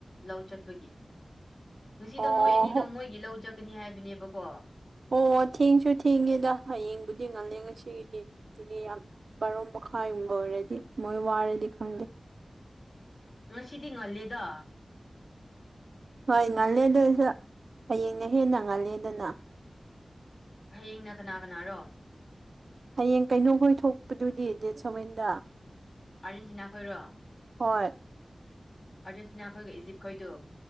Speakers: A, on the left (about 50°); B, on the right (about 70°).
A: ꯂꯧ ꯆꯠꯄꯒꯤ ꯉꯁꯤꯗꯣ
B: ꯑꯣ
A: ꯃꯣꯏ ꯑꯅꯤꯗꯣ
B: ꯍꯣ
A: ꯃꯣꯏꯒꯤ ꯂꯧ ꯆꯠꯀꯅꯤ ꯍꯥꯏꯕꯅꯦꯕꯀꯣ
B: ꯑꯣ ꯊꯦꯡꯁꯨ ꯊꯦꯡꯉꯦꯗ ꯍꯌꯦꯡꯕꯨꯗꯤ ꯉꯜꯂꯦ ꯉꯁꯤꯒꯤꯗꯤ ꯑꯗꯨꯗꯤ ꯌꯥꯝ ꯕꯥꯔꯣ ꯃꯈꯥꯏ ꯌꯨꯝꯕ ꯑꯣꯏꯔꯗꯤ ꯃꯣꯏ ꯋꯥꯔꯗꯤ ꯈꯪꯗꯦ
A: ꯉꯁꯤꯗꯤ ꯉꯜꯂꯦꯗ
B: ꯍꯣꯏ ꯉꯜꯂꯦ ꯑꯗꯨꯁꯨ ꯍꯌꯦꯡꯅ ꯍꯦꯟꯅ ꯉꯜꯂꯦꯗꯅ
A: ꯍꯌꯦꯡꯅ ꯀꯅꯥ ꯀꯅꯥꯔꯣ
B: ꯍꯌꯦꯡ ꯀꯩꯅꯣ ꯍꯣꯏ ꯊꯣꯛꯄꯗꯨꯗꯤ ꯗꯦꯠ ꯁꯚꯦꯟꯗ
A: ꯑꯥꯔꯖꯦꯟꯇꯤꯅꯥ ꯈꯣꯏꯔꯣ ꯑꯥꯔꯖꯦꯟꯇꯤꯅꯥ
B: ꯍꯣꯏ
A: ꯈꯣꯏꯒ ꯏꯖꯤꯞ ꯈꯣꯏꯗꯣ